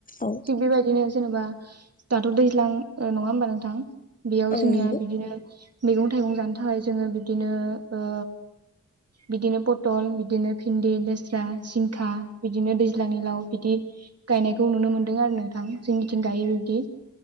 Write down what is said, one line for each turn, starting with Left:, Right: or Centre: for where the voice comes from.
Left: औ
Right: थिग बेबायदिनो जेन'बा दाथ' दैज्लां ओ नङा हबा नोंथां? बेयाव
Left: औ
Right: जोंनिया
Left: नंगौ
Right: बिदिनो मैगं थाइगं जानो थाखाय जोङो बिब्दिनो ओ बिदिनो पटल बि दिनो भिन्दि, लेस्रा, सिंखा बिदिनो दै ज्लांनि लाव बिदि गायनायखौ नुनो मोन्दों आरो नोंथां जोंनिथिं गायो बेबिदि